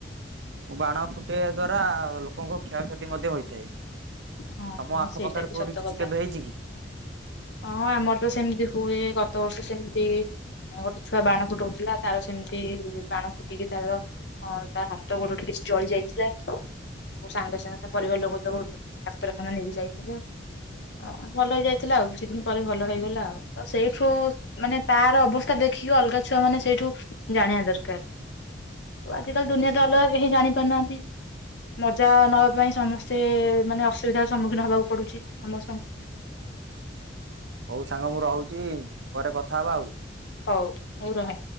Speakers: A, on the right (about 75°); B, on the left (about 70°).
A: ବାଣ ଫୁଟେଇବା ଦ୍ଵାରା ଲୋକଙ୍କ କ୍ଷୟକ୍ଷତି ମଧ୍ୟ ହୋଇଥାଏ। ତମ
B: ହଁ ହଁ
A: ଆଖ
B: ସେଇଟା
A: ପାଖରେ
B: ବି
A: କୋଉଠି
B: ସତ
A: କିଛି
B: କଥା।
A: କେବେ ହେଇଛି କି?
B: ହଁ ଆମର ତ ସେମିତି ହୁଏ ଗତ ବର୍ଷ ସେମିତି ଗୋଟେ ଛୁଆ ବାଣ ଫୁଟଉଥିଲା ତାର ସେମିତି ବାଣ ଫୁଟିକି ତାର ତା ହାତ ଗୋଡ଼ କିଛି ଜଳି ଯାଇଥିଲା ସାଙ୍ଗେ ସାଙ୍ଗେ ତା ପରିବାର ଲୋକ ତାକୁ ଡାକ୍ତରଖାନା ନେଇକି ଯାଇଥିଲେ ହଁ ଭଲ ହେଇଯାଇ ଥିଲା ଆଉ ଦିନ ପରେ ଭଲ
A: ହଁ
B: ହେଇଗଲା ଆଉ ତ ସେଇଠୁ ମାନେ ତାର ଅବସ୍ଥା ଦେଖିକି ଅଲଗା ଛୁଆ ମାନେ ସେଇଠୁ ଜାଣିବା ଦରକାର ତ ଆଜିିକାଲି ଦୁନିଆ ତ ଅଲଗା କେହି ଜାଣିପାରୁନାହାଁନ୍ତି ମଜା ନବା ପାଇଁ ସମସ୍ତେ ମାନେ ଅସୁବିଧାର ସମ୍ମୁଖୀନ ହବାକୁ ପଡ଼ୁଛି ସମସ୍ତଙ୍କୁ
A: ହଉ ସାଙ୍ଗ ମୁଁ ରହୁଛି ପରେ କଥା ହବା ଆଉ ।
B: ହଉ। ହଉ ରହ।